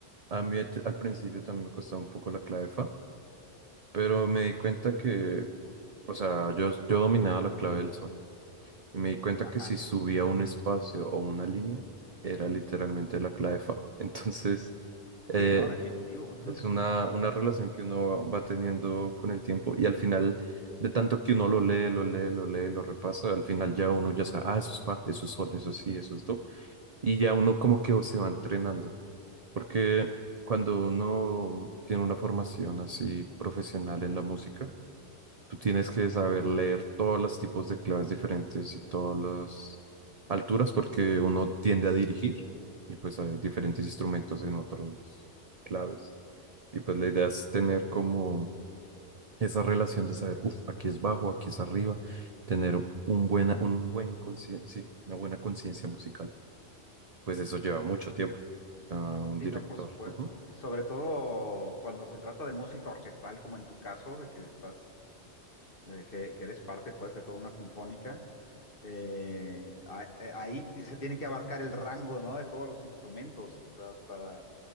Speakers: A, on the right; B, on the left.
A: a mí at- al principio también me costaba un poco la clave fa, pero me di cuenta que O sea, yo, yo dominaba la clave del sol y me di cuenta
B: Ajá.
A: que si subía un espacio o una línea, era literalmente la clave fa. <laughs> Entonces,
B: Sí,
A: eh,
B: no, definitivo. <laughs>
A: es una, una relación que uno va teniendo con el tiempo y al final, de tanto que uno lo lee, lo lee, lo lee, lo repasa, al final ya uno ya sabe, ah, eso es fa, eso es sol, eso es si, eso es do. Y ya uno como que se va entrenando, porque cuando uno tiene una formación así profesional en la música, Tú tienes que saber leer todos los tipos de claves diferentes y todas las alturas porque uno tiende a dirigir y pues hay diferentes instrumentos en otros claves. Y pues la idea es tener como esa relación de saber, uff, aquí es bajo, aquí es arriba, tener un buena, un buen consci- sí, una buena conciencia musical. Pues eso lleva mucho tiempo a un
B: Sí,
A: director.
B: no, por supuesto.
A: Ujú,
B: Y sobre todo cuando se trata de música orquestal, como en tu caso, de que estás eh, que, que eres parte pues de toda una sinfónica. eh, a- eh, ahí ti- se tiene que abarcar el rango, ¿no? De todos los instrumentos, o sea, hasta,